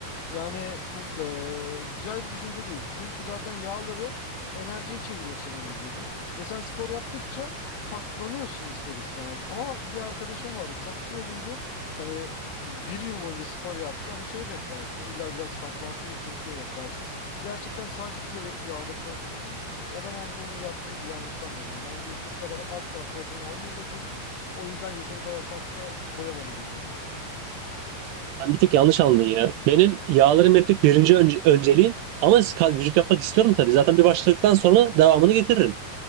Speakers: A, on the left; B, on the right.
A: yani mu- eee, güzel bir düşünce değil. Çünkü zaten yağları enerjiye çeviriyor senin vücudun. Ve sen spor yaptıkça kaslanıyorsun ister istemez. Ama bir arkadaşım vardı çok kiloluydu. Hani bir yıl boyunca spor yaptı. Hani şey beklersin illa biraz kaslansın bu çocuk diye beklersin. Gerçekten sadece kilo verip yağlarından kurtulmuştu. O da bence onun yaptığı bir yanlıştan dolayı. Bence yeteri kadar asla protein almıyordu o çocuk. O yüzden yeteri kadar kas da koyamadı vücuduna.
B: Sen bir tık yanlış anladın ya. Benim yağlarım eritmek birinci önce- önceliğim ama kas- vücut yapmak istiyorum tabii. Zaten bir başladıktan sonra devamını getiririm.